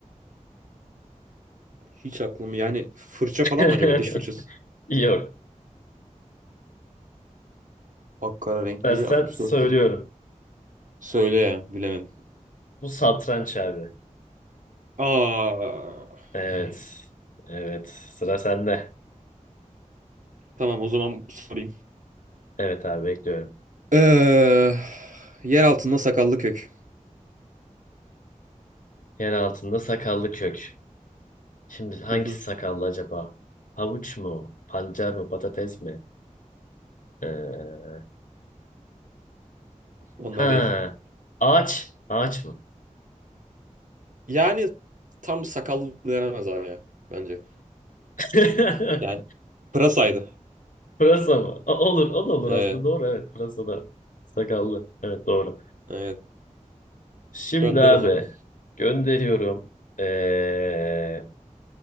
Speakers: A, on the right; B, on the left.
A: hiç aklım yani fırça
B: <laughs>
A: falan mı acaba diş fırçası?
B: Yok.
A: Akkara renkli
B: Dersen
A: 64
B: söylüyorum.
A: yurt. Söyle ya bilemem.
B: Bu satranç abi. Hmm.
A: Aa,
B: Evet. Evet. Sıra sende.
A: tamam o zaman sorayım.
B: Evet abi bekliyorum.
A: Ee, yer altında sakallı kök.
B: Yer altında sakallı kök. Şimdi hangisi
A: Hı hı.
B: sakallı acaba? Havuç mu? Pancar mı? Patates mi? Ee,
A: Onlar
B: ha.
A: değil.
B: Ağaç. Ağaç mı?
A: Yani tam sakallı denemez abi ya bence.
B: <laughs>
A: Yani pırasaydı.
B: Pırasa mı? O- olur. O da olur
A: Ee,
B: aslında. Doğru evet. Pırasa da sakallı. Evet doğru.
A: evet.
B: Şimdi
A: Gönder
B: abi
A: o zaman.
B: gönderiyorum. Ee,